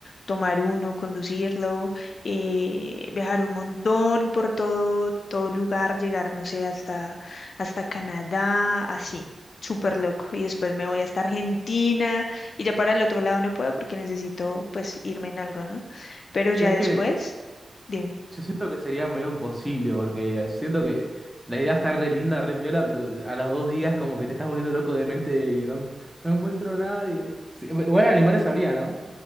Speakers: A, on the left; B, in the centre.
A: tomar uno, conducirlo, eh, viajar un montón por todo, todo lugar, llegar, no sé, hasta, hasta Canadá, así, súper loco. Y después me voy hasta Argentina y ya para el otro lado no puedo porque necesito pues irme en algo, ¿no? Pero ya
B: Yo es
A: después,
B: que
A: dime.
B: yo siento que sería medio imposible porque siento que la idea está re linda, re piola, pero a los dos días como que te estás volviendo loco de mente y no, no encuentro a nadie. Sí, igual animales habría, ¿no?